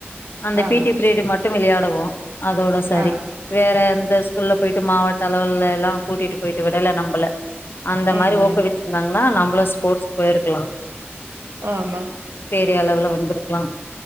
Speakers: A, on the left; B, on the right.
A: அந்த
B: ஆமா
A: பி டி பிரீடு மட்டு விளையாடுவோ அதோட சரி
B: ஆ
A: வேற எந்த ஸ்கூல்ல போயிட்டு மாவட்ட அளவுலல்லா கூட்டிட்டு போயிட்டு விடல நம்மள அந்த
B: ம்
A: மாரி ஊக்கவிச்சிருந்தாங்கன்னா
B: ம்
A: நம்மளு ஸ்போர்ட்ஸ்க்கு போயிருக்கலா
B: ஆமா
A: பெரிய அளவுல வந்திருக்கலா